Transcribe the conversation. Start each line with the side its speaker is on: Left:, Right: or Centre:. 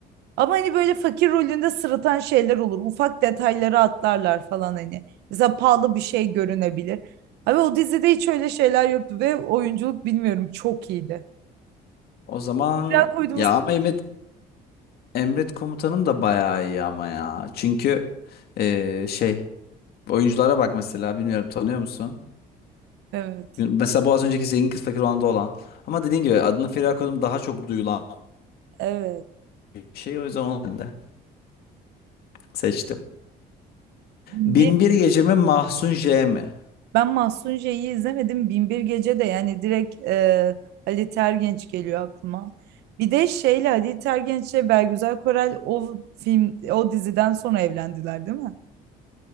Right: Ama hani böyle fakir rolünde sırıtan şeyler olur. Ufak detayları atlarlar falan hani. Mesela pahalı bir şey görünebilir. Abi o dizide hiç öyle şeyler yoktu ve oyunculuk bilmiyorum çok iyiydi.
Left: O zaman
Right: Biraz koyduğumuz
Left: ya ama Emret, Emret komutanım da bayağı iyi ama ya. Çünkü ee, şey oyunculara bak mesela bilmiyorum tanıyor musun?
Right: Evet.
Left: Mesela bu az önceki zengin kız fakir olanda olan. Ama dediğin gibi adını Feriha koydum daha çok duyulan
Right: Evet.
Left: bir şey. O yüzden onu ben de seçtim.
Right: Bir,
Left: Binbir Gece mi Mahsun J mi?
Right: ben Mahsun J'yi izlemedim. Binbir Gece de yani direkt e, Ali Tergenç geliyor aklıma. Bir de şeyle Ali Tergenç'le Belgüzel Korel o film o diziden sonra evlendiler değil mi?